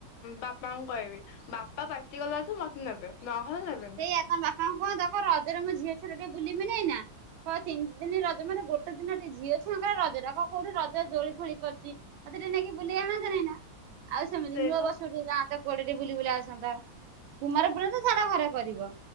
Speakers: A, on the left (about 85°); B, on the right (about 80°).
A: ବାପାଙ୍କୁ କହିବି ବା ବା ପାଟି ଗଲାଠୁ ମତେ ନେବେ ନ ହେଲେ ନେବେ।
B: ତାଙ୍କ ବାପାଙ୍କୁ କୁହନ୍ତ କରଜରେ ମୋ ଝିଅ ଥରେ ଟିକେ ବୁଲିମି ନାଇ ନା। ହଁ ତିନି ଦିନ ରଜ ମାନେ ଗୋଟେ ଦିନ ଟେ ଝିଅ ଛୁଆଙ୍କ ରଜଟା କୋଉଠି ରଜ ଦୋଳି ଫଳି ପଡିବି। ମତେ ଟିକେ ନେଇକି ବୁଲିେଇ ଆଣ ତ ନାଇ ନା। ଆଉ ସେମିତି
A: ସେଇପା
B: ନୂଆ ବର୍ଷ ଟିକେ ଯାଆନ୍ତା କୁଆଡେ ବୁଲି ବୁଲି ଆସନ୍ତା କୁମାରପୁର୍ଣ୍ଣା ତ ଛାଡ଼ ଘରେ। କରିବ,